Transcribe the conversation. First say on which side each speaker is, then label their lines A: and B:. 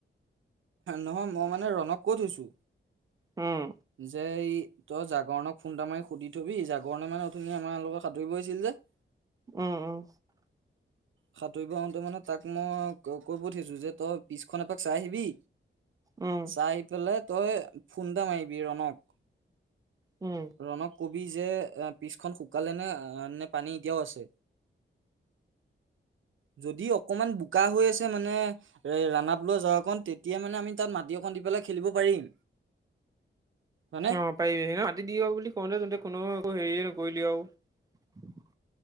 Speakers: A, on the right; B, on the right.
A: নহয় মই মানে ৰণক কত থৈছো।
B: উম
A: যে ই তই জাগৰণক ফোন টা মাৰি সুধি থবি জাগৰণে মানে অথুননি আমাৰ লগত সাঁতুৰিব আহিছিল যে <unintelligible>
B: উম, উম।
A: সাঁতৰিব হওঁতে মানে তাক মই কৈইপঠিয়াছো যে তই পিছখন এপাক চাই আহিবি।
B: উম
A: চাই পেলাই তই ফোন এটা মাৰিবি ৰণক।
B: উম।
A: ৰণক কবি যে পিছখন শুকালে নে নে পানী এতিয়াও আছে <inaudible> যদি অকমান বোকা হৈ আছে মানে ৰাণপ লোৱা ৱযো কণ তেতিয়া মানে আমি তাত মাটি অকণ দি পেলাই খেলিব পাৰিম। হয়নে
B: অ পাৰিবি মাটি দিব বুলি কওঁতে যন্ততে কোনো আকৌ হেৰি <unintelligible>